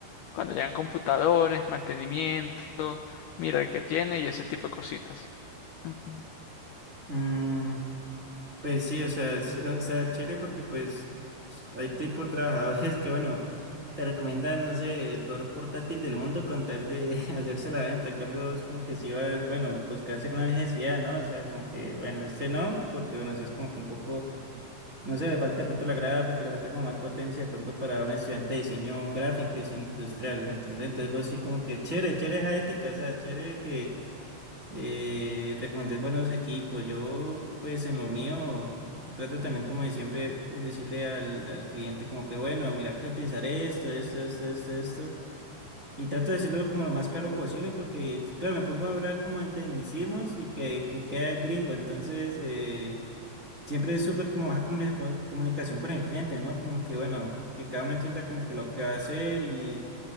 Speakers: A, on the left (about 80°); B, on the right (about 25°).
A: Cuando llegan computadores, mantenimiento, mira el que tiene y ese tipo de cositas. Mm, mm.
B: Mm, pues sí, o sea, s- o sea, chévere porque pues s- hay tipo de trabajadores <laughs> que, bueno, te recomiendan, no sé, el peor portátil del mundo con tal de <laughs> hacerse la venta. En cambio, vos como que si vas, bueno, buscarse una necesidad, ¿no? O sea, como que, bueno, este no, porque bueno, si es como que un poco, no sé, le falta de pronto la gráfica, le falta como más potencia de pronto para un estudiante de diseño gráfico y diseño industrial, ¿me entendés? Entonces vos sí como que chévere, chévere esa ética, o sea, chévere que Eh, recomendé buenos equipos. Yo, pues en lo mío, trato también como de siempre eh, decirle al, al cliente como que, bueno, mira que utilizar esto, esto, esto, esto, esto. Y trato de decirlo como lo más claro posible porque, claro, me pongo a hablar como en tecnicismos y que, que queda el gringo. Entonces, eh, siempre es súper como baja comuni- co- comunicación con el cliente, ¿no? Como que, bueno, que cada uno entienda como que lo que va a hacer y